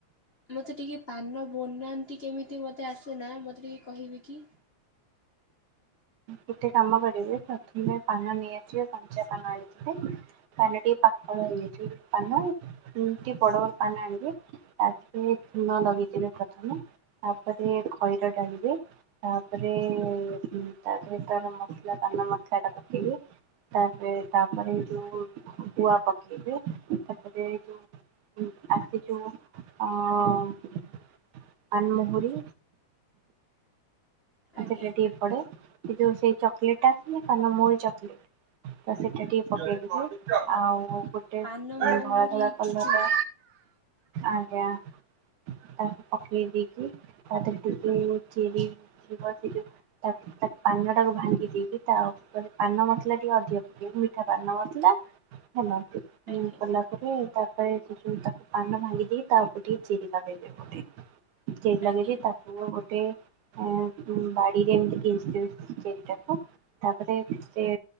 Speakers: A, on the left (about 65°); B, on the right (about 80°).
A: ମୋତେ ଟିକେ ପାନ ବନାନ୍ତି କେମିତି ମୋତେ ଆସୁନା ମୋତେ ଟିକେ କହିବେକି?
B: ଗୋଟେ କାମ କରିବେ ପ୍ରଥମେ ପାନ ନେଇଆସିବେ କଞ୍ଚା ପାନ ଆଣିଥିବେ। ପାନ ଟିକେ ପାକଳ ହେଇଯାଇଛି ପାନ। ହୁଁ ଟିକେ ବଡ ବଡ ପାନ ଆଣିବେ ତାକୁ ଟିକେ ଚୁନ ଲଗେଇଦେବେ ପ୍ରଥମେ। ତାପରେ ଖଇର ଢାଳିବେ ତାପରେ ଉଁ ତା ଭିତରେ ମସ୍ଲା ପାନ ମସ୍ଲା ଟା ପକେଇବେ। ତାପରେ ତାପରେ ଏ ଯୋଉ ଗୁଆ ପକେଇବେ ତାପରେ ଏ ଯୋଉ। ଉଁ ଆସିଚି ମୁଁ ଅଁ ପାନ୍ ମହୁରୀ।
A: ଆଜ୍ଞା
B: ସେଟା ଟିକେ ପଡେ ସେ ଯୋଉ ସେଇ ଚକ୍ଲେଟ୍ ଟା ଆସେନି ପାନ ମହୁରୀ ଚକ୍ଲେଟ୍। ତ ସେଟା ଟିକେ ପକେଇଦେବେ ଆଉ ଗୋଟେ
A: ପାନ
B: ଧଳା
A: ମହୁରି
B: ଧଳା କଲର୍
A: ଚୁଚୁମା
B: ର। ଆଜ୍ଞା। ତାକୁ ପକେଇଦେଇକି ତାଥେରେ ଟିକେ ଚିରି ଥିବ ସେ ଯୋଉ। ଦେଇକି ତାକ୍ ତାକ୍ ପାନ ଟାକୁ ଭାଙ୍ଗି ଦେଇକି ତାର ଉପରେ ପାନ ମସଲା ଟିକେ ଅଧିକ ପକେଇବୁ ମିଠା ପାନ ମସ୍ଲା। ହେଲାଠୁ
A: ଆଜ୍ଞା
B: ଉଁ ପଲା। ପକେଇବୁ ତାପରେ ସେ ଯୋଉ ତାକୁ ପାନ ଭାଙ୍ଗି ଦେଇକି ତା ଉପରେ ଟିକେ ଚେରି ଲଗେଇଦେବ। <unintelligible> ଚେରି ଲାଗେଇଦେଇ
A: ଆଜ୍ଞା।
B: ତାକୁ ଗୋଟେ। ଅଁ ଙ୍କୁ ବାଡିରେ ଏମିତି ଗେଞ୍ଜି ଦେବେ ଚେରି ଟାକୁ ତାପରେ ସେ।